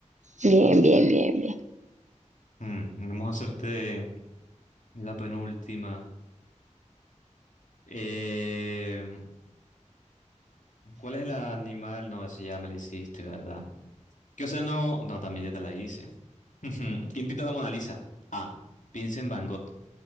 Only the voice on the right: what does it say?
Bien, bien, bien, bien.